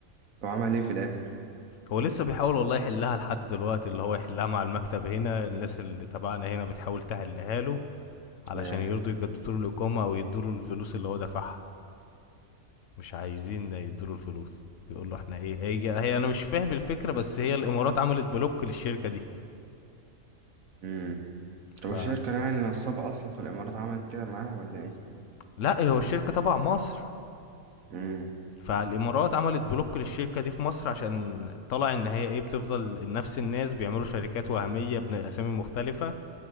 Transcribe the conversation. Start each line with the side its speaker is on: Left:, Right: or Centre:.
Right: طب عمل إيه في الآخر؟
Left: هو لسه بيحاول والله يحلها لحد دلوقتي اللي هو يحلها مع المكتب هنا الناس اللي تبعنا هنا بتحاول تحلها له علشان
Right: ياه
Left: يرضوا يجددوا له الإقامة أو يدوا له الفلوس اللي هو دفعها مش عايزين يدوله الفلوس يقول له احنا ايه هي, هي انا مش فاهم الفكره بس هي الامارات عملت بلوك للشركه دي
Right: مم.
Left: ف
Right: طب الشركة يعني نصابة أصلا في الإمارات عملت كده معاه ولا إيه؟
Left: لا هو الشركه تبع مصر
Right: امم
Left: فالامارات عملت بلوك للشركه دي في مصر عشان طلع ان هي ايه بتفضل نفس الناس بيعملوا شركات وهميه باسامي مختلفه